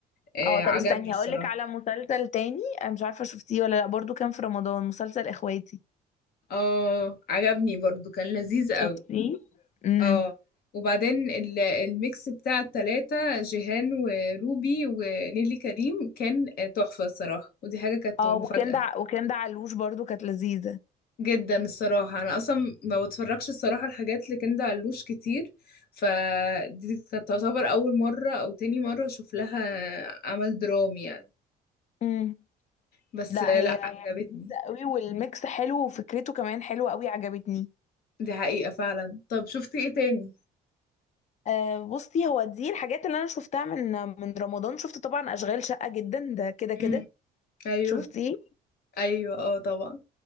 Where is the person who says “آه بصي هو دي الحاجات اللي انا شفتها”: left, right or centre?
Left